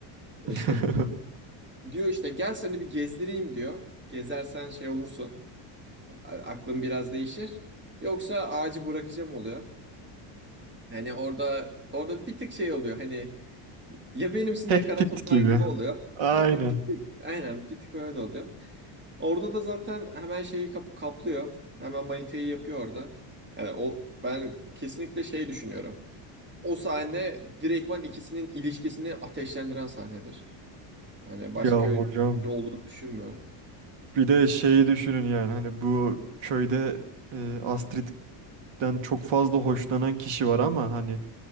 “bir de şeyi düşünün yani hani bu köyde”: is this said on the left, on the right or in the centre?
Right